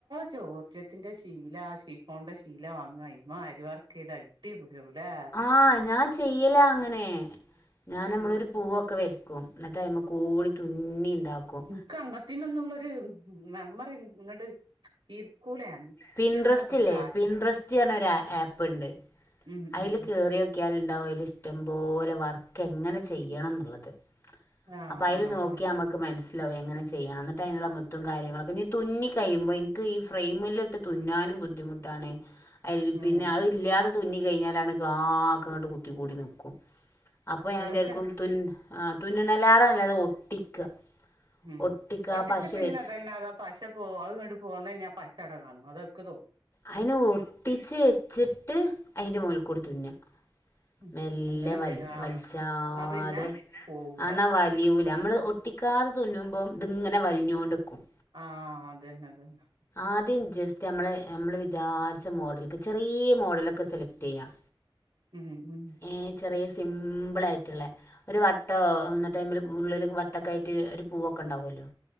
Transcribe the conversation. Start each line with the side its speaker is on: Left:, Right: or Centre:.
Right: ജോർജെറ്റിന്റെ ഷി ശീലാ ഷിഫോൺന്റെ ശീല വാങ്ങാ അയ്മെ ആരി വർക്കെയ്ത് അട് ടീ പൊളിയാവുലേ
Left: ആഹ് ഞാൻ ചെയ്യെലാ അങ്ങെനെ ഞാൻ
Right: ഉം
Left: നമ്മളൊരു പൂവാെ ക്കെ വെര്ക്കും ന്നട്ട്യ്മകൂടി തുന്നിണ്ടാക്കും
Right: ക്കങ്ങത്തിനൊന്നുള്ളൊരു മെമ്മറി ങ്ങെട് ഇര്ക്കൂല ഞാന്
Left: പിണ്ട്രെസ്റ്റില്ലേ
Right: പക്ഷെ എന്താപ്പത് കാട്ട
Left: പിണ്ട്രെസ്റ്റ് അർഞ്ഞൊരാ അപ്പ്ണ്ട്
Right: ഉം
Left: അയ്ല്
Right: ഉം ഉം
Left: കേറിയോക്ക്യാല്ണ്ടാവും അയ്‌ലിഷ്ടംപോലെ വർക്കെങ്ങെനെ ചെയ്യണം ന്ന്ള്ളത്
Right: ആഹ്
Left: അപ്പയ്ല്
Right: ആഹ്
Left: നോ
Right: ആഹ്
Left: ക്കിയാ നമ്മക്ക് മനസ്സിലാവും എങ്ങനെ ചെയ്യണം എന്നിട്ട് അതിനുള്ള മുത്തും കാര്യങ്ങളൊക്കെ ഇനി തുന്നി കയ്യുമ്പോ ഇ പ്പോ ഈ ഫ്രെയിമിലിട്ട് തുന്നാനും ബുദ്ധിമുട്ടാണ് അതി
Right: ഉം
Left: പിന്നെ അതില്ലാതെ തുന്നി കഴിഞ്ഞാലാണ് ആകങ്ങട്ട് കുത്തിക്കൂടി നിക്കും അപ്പൊ ഞാൻ
Right: ഇവിടൊക്കെ
Left: വിചാരിക്കും തുൻ ആ തുന്നണാലാറ നല്ലത് ഒട്ടിക്കുക
Right: ഉം
Left: ഒട്ടിക്കുക
Right: ഒട്ടിച്ച
Left: ആ പശ
Right: പിന്നത്
Left: വെച്ച്
Right: തന്നെയാ അത് പശ പോവും അതങ്ങണ്ട് പോന്ന് കഴിഞ്ഞാ ആഹ് പശ അവിടെ കാണും അതൊക്കെ തോ
Left: അതിന്‌ അത് ഒട്ടിച്ച് വെച്ചിട്ട് അതിന്റെ മോളിക്കൂടെ തുന്നാം
Right: ഉം
Left: മെല്ലെ
Right: അങ്ങനെ എന്തേലും
Left: വൽ
Right: ആഹ്
Left: വലിച്ചാതെ
Right: എന്നാ പിന്നെ പോവൂല
Left: ആന്നാ വ വലിയൂല നമ്മള് ഒട്ടിക്കാതെ തുന്നുമ്പോ ഇതിങ്ങനെ വലിഞ്ഞോണ്ടിക്കും
Right: ആഹ് അത് തന്നെ അത് തന്നെ
Left: ആദ്യം ജസ്റ്റ് നമ്മളെ നമ്മള് വിചാരിച്ച മോഡൽക്ക് ചെറീയ മോഡലൊക്കെ സെലക്ട് ചെയ്യാം
Right: ഉം ഉം
Left: ഏ ചെറിയ സിമ്പിളായിട്ടൊള്ളെ ഒരു വട്ടവൊ എന്നിട്ട് അയ്മേല് ഉള്ളില് വട്ടവൊക്കായിട്ട് ഒരു പൂവൊക്കെ ഉണ്ടാവൂല്ലോ